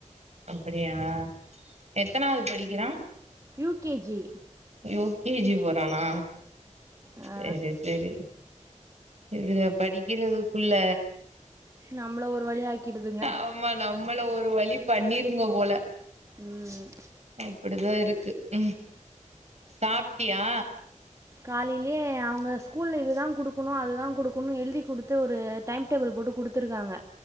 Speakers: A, on the right; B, on the right.
A: அப்படியா எத்தனாவது படிக்கிறா
B: U K G
A: U K G போர ரானா
B: ஆ
A: செரி செரி இதுக படிக்கிறதுக்குள்ள
B: நம்மள ஒரு வழி ஆக்கிடுதுங்க
A: ஆமா நம்மள ஒரு வழி பண்ணிருங்க போல
B: ம்
A: அப்படிதா இருக்கு உம் சாப்ட்டியா
B: காலையிலயே அவங்க ஸ்கூல்ல இது தா குடுக்கணு அது தா குடுக்கணுஎழுதி குடுத்து ஒரு டைம் டேபிள் போட்டு குடுத்துருக்காங்க